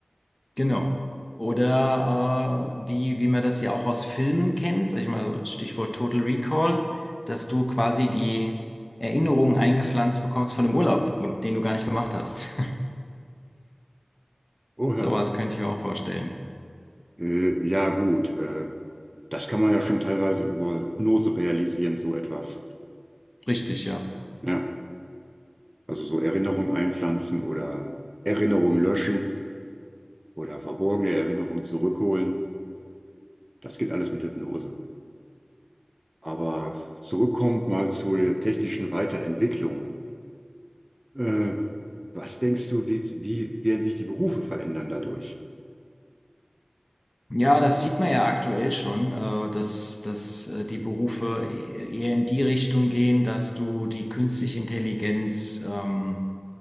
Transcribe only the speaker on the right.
Oh
ja.
Äh, ja, gut. Äh, das kann man ja schon teilweise über Hypnose realisieren, so etwas.
Ja. Also so Erinnerung einpflanzen oder Erinnerung löschen oder verborgene Erinnerungen zurückholen. Das geht alles mit Hypnose. Aber zurückkommt mal zu der technischen Weiterentwicklung. Äh, was denkst du, wie, wie werden sich die Berufe verändern dadurch?